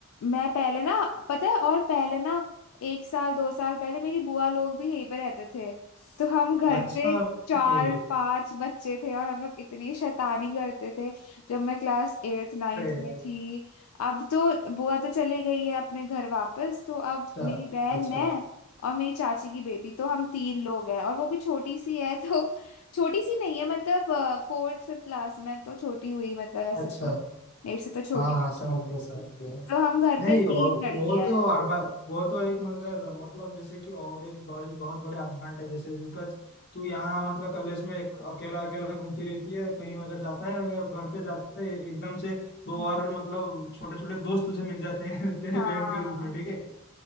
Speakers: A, on the left; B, on the left.
A: मैं पहले ना पता है और पहले ना एक साल दो साल पहले मेरी बुआ लोग भी यहीं पे रहते थे तो हम घर
B: अच्छा
A: पे चार
B: फिर
A: पांच बच्चे थे और हम लोग इतनी शैतानी करते थे जब मैं क्लास एट्थ नाइन्थ
B: अरे यार,
A: में थी अब तो बुआ तो चली गई है अपने घर वापस तो
B: अच्छा
A: अब मेरी बहन
B: अच्छा
A: मैं और मेरी चाची की बेटी तो हम तीन लोग हैं और वो भी छोटी सी है तो छोटी सी नहीं है मतलब फोर्थ फिफ्थ क्लास में तो छोटी हुई मतलब ऐसे
B: अच्छा
A: तो मेरे से तो छोटी
B: हाँ हाँ समझ गया समझ गया
A: तो हम घर
B: नहीं
A: पे तीन
B: और
A: लड़कियां
B: वो तो
A: हैं
B: अड़बा वो तो एक मगर मतलब जैसे कि और एक बड़ी बहुत बड़े एडवांटेज जैसे बिकॉज तू यहाँ मतलब कॉलेज में एक अकेला अकेला घूमती रहती है कहीं अगर जाता है अगर घर पे जाते है एकदम से दो
A: हम्म।
B: और मतलब छोटे छोटे दोस्त तुझे मिल जाते हैं <laughs> तेरे
A: हाँ
B: बहन के रूप में ठीक है